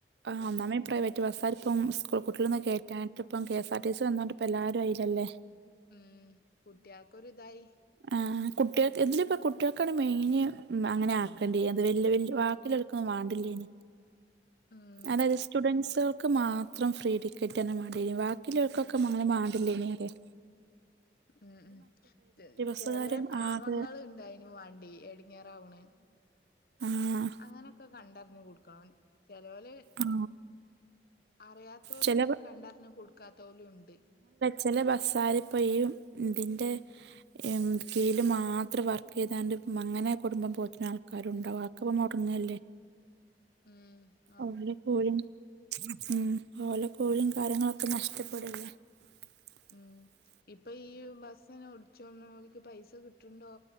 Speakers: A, on the right; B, on the left.
A: ആ
B: ഉം
A: ഒന്നാമായിപ്പോ പ്രൈവറ്റ് ബസ്സാർ ഇപ്പം സ്കൂൾ കുട്ടികളൊന്നക്ക കയറ്റാനായിട്ട്പ്പ K S R T C വന്നുണ്ട് പ്പെല്ലാരും അയില്ലല്ലേ.
B: ഉം കുട്ടികൾക്ക് ഒരു ഇതായി.
A: ആഹ് കുട്ടികൾക്ക് ഇതില് ഇപ്പ കുട്ടികൾക്കാണ് മെയിന് അങ്ങനെ ആ <unintelligible> വാക്കിലെടുക്കൊ ന്നും വാണ്ടില്ല്യേനി.
B: ഉം
A: അതായത് സ്റ്റുഡൻസേൾക്ക് മാത്രം ഫ്രീ ടിക്കറ്റന്നെ മാണ്ടീനി വാക്കില്ലോൾക്കൊക്കെ അങ്ങനെ മാണ്ടില്ലേനീ അറ്യ <inaudible>
B: ഉം ഉം ചേ,
A: ബസ്സുകാരും
B: ചേലെ പാവങ്ങൾ
A: ആകെ
B: ഇണ്ടായിൻവണ്ടി എടങ്ങേറാവ്ണ്
A: ഉം
B: അങ്ങനൊക്കെ കണ്ടറിഞ്ഞ് കൊടുക്കണം ചേലോല്
A: ആ
B: അറിയാത്തോലും
A: ചില ബ
B: കണ്ടറിഞ്ഞു കൊടുക്കാതോലും ണ്ട്.
A: ചെല ബസ്സാരി പ്പയും ഇതിന്റെ എം കേല് മാത്രം വർക്ക് ചെയ്താണ്ട് മങ്ങനെ കുടുംബം പോറ്റണ ആൽക്കാരും ഇണ്ടാവാം <unintelligible>
B: മ്ഹ്
A: ഓല കൂലി ഉം ഓല കൂലിം കാര്യങ്ങളൊക്കെ നഷ്ടപ്പെടല്ലേ <inaudible>
B: ഉം ഇപ്പൊ ഈ ബസ്സന്നെ ഒടിച്ചോണക്ക് പൈസ കിട്ടണ്ടോ